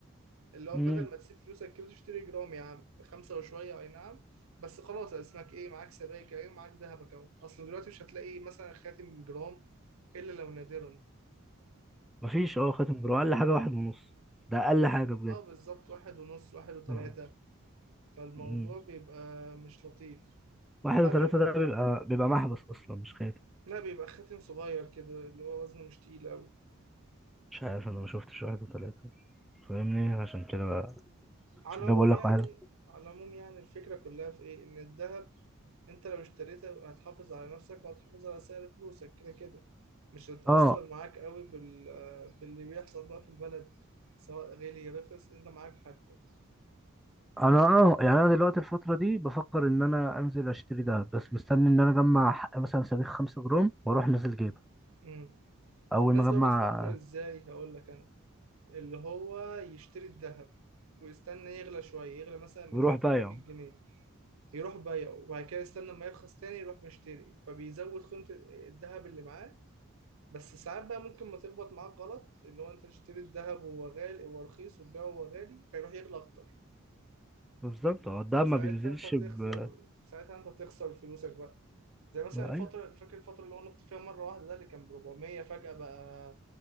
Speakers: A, on the right (about 80°); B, in the centre.
A: اللي هو
B: امم
A: بدل ما تسيب فلوسك كده تشتري جرام يا عم بخمسه وشويه اي نعم بس خلاص اسمك ايه معاك سبائك ايه معاك ذهبك اهو اصل دلوقتي مش هتلاقي مثلا خاتم جرام إلا لو نادرا
B: مفيش اه خاتم جرام أقل حاجة واحد ونص ده أقل حاجة بجد
A: اه بالظبط واحد ونص واحد وتلاتة
B: اه
A: فالموضوع
B: امم
A: بيبقى مش لطيف
B: واحد
A: بعدين
B: وتلاتة ده بيبقى بيبقى محبس أصلا مش خاتم
A: لا بيبقى خاتم صغير كده اللي هو وزنه مش تقيل أوي
B: مش عارف أنا ما شفتش واحد وتلاتة فاهمني عشان كده بقى،
A: على
B: عشان
A: العموم
B: كده بقول
A: يعني
B: لك واحد
A: على العموم يعني الفكرة كلها في إيه إن الذهب أنت لو اشتريته هتحافظ على نفسك وهتحافظ على سعر فلوسك كده كده مش هتأثر
B: اه
A: معاك قوي بال... باللي بيحصل بقى في البلد سواء غالي رخص أنت معاك حاجتك
B: انا اه يعني انا دلوقتي الفتره دي بفكر ان انا انزل اشتري دهب بس مستني ان انا اجمع حق مثلا صاروخ 5 جرام واروح نازل جيبه
A: مم.
B: اول
A: في ناس
B: ما
A: بقى
B: اجمع
A: بتفكر إزاي هقول لك أنا اللي هو يشتري الذهب ويستنى يغلى شوية يغلى مثلا 200
B: ويروح بايعه
A: 300 جنيه يروح بايعه وبعد كده يستنى ما يرخص تاني يروح مشتري فبيزود قيمة الذهب اللي معاه بس ساعات بقى ممكن ما تخبط معاك غلط اللي هو انت تشتري الذهب وهو غالي وهو رخيص وتبيعه وهو غالي فيروح يغلى اكتر
B: بالظبط اه الدهب
A: فساعتها
B: ما بينزلش
A: انت هتخسر
B: ب
A: ساعتها انت هتخسر فلوسك بقى زي مثلا الفترة
B: ايوه
A: فاكر الفترة اللي هو نط فيها مرة واحدة ده اللي كان ب 400 فجأة بقى